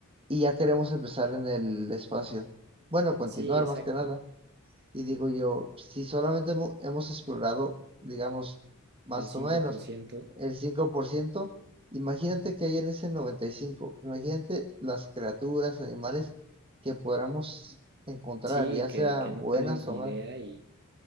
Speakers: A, on the right (about 25°); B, on the right (about 50°).
A: y ya queremos empezar en el espacio. Bueno, continuar
B: Sí, exacto,
A: más que nada. Y digo yo, si solamente hemo- hemos explorado, digamos, más
B: el cinco
A: o menos
B: por ciento
A: el cinco por ciento imagínate que hay en ese 95%, imagínate las criaturas, animales que podamos encontrar,
B: Sí,
A: ya
B: que,
A: sea
B: que
A: buenas
B: no tenemos ni
A: o malas.
B: idea y,